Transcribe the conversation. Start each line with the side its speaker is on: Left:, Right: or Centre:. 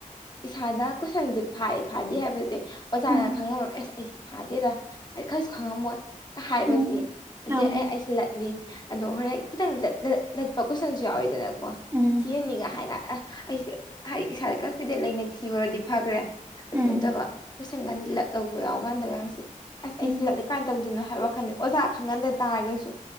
Left: ꯏꯁꯥꯗ ꯀꯣꯏꯁꯟꯁꯦ ꯐꯥꯏ ꯐꯥꯗꯦ ꯍꯥꯏꯕꯁꯦ ꯑꯣꯖꯥꯅ
Right: ꯎꯝ
Left: ꯈꯪꯉꯝꯃ ꯑꯦꯁ ꯑꯩꯁꯦ ꯐꯥꯗꯦꯗ ꯑꯩ ꯈꯔꯁꯨ ꯈꯪꯉꯝꯃꯣꯏ ꯍꯥꯏꯕꯁꯤ
Right: ꯎꯝ
Left: ꯑꯗꯨꯗꯩ
Right: ꯑꯪ
Left: ꯑꯩ ꯑꯩꯁꯤ ꯂꯠꯂꯤ ꯑꯗꯣ ꯍꯣꯔꯦꯟ ꯈꯤꯇꯪ ꯂꯠꯄ ꯀꯣꯏꯁꯟꯁꯨ ꯌꯥꯎꯋꯤꯗꯅꯀꯣ
Right: ꯎꯝ
Left: ꯊꯤꯍꯟꯅꯤꯡꯉ ꯍꯥꯏ ꯀ ꯑ ꯑꯩꯁꯦ ꯍꯥꯏꯗꯤ ꯏꯁꯥꯗ ꯀꯟꯐꯤꯗꯦꯟ ꯂꯩꯅ ꯊꯤꯕꯨꯔꯗꯤ ꯐꯈ꯭ꯔꯦ ꯑꯗꯨ
Right: ꯎꯝ
Left: ꯅꯠꯇꯕ ꯀꯣꯏꯁꯟꯒꯥꯟ ꯂꯠ ꯂꯧꯕ ꯌꯥꯎꯕ ꯀꯥꯟꯗꯒꯁꯤ ꯑꯁ
Right: ꯎꯝ
Left: ꯑꯩꯁꯤ ꯂꯠꯂꯤ ꯀꯃꯥꯏꯅ ꯇꯧꯗꯣꯏꯅꯣ ꯍꯥꯏꯕ ꯑꯣꯖꯥ ꯈꯪꯍꯟꯗ ꯇꯥꯔꯒꯁꯨ